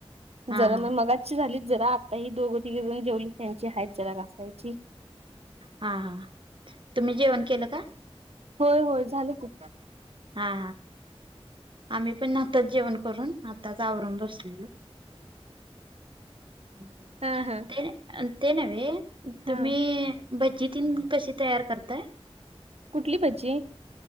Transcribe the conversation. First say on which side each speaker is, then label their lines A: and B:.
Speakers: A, on the right; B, on the right.
A: हा
B: जरा
A: हा
B: मि मगाच ची झालीत जरा आता ही दोघं तिघं जण जेवले त्यांची हाइत जरा घासायची.
A: हा हा. तुम्ही जेवण केलं का
B: होय होय झालं की
A: हा. आम्ही पण आताच जेवण करून आताच आवरून बसलेलो. <inaudible>
B: हा, हा.
A: ते, ते नव्हे,
B: हा
A: तुम्ही भजी तीन कशी तयार करताय?
B: कुठली भजी?